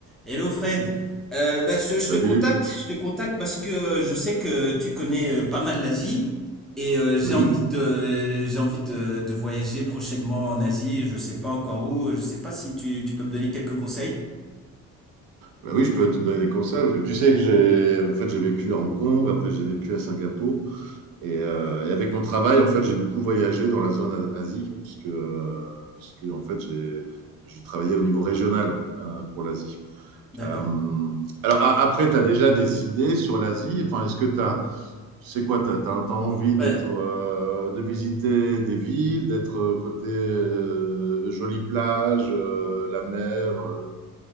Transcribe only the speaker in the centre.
Hello Fred, Euh, bah, je, te
je te contacte, je te contacte parce que euh, je sais que tu connais euh, pas mal l'Asie et euh, j'ai
envie de, j'ai envie de, de voyager prochainement en Asie. Je sais pas encore où, je sais pas si tu, tu peux me donner quelques conseils.
D'accord.
Bah,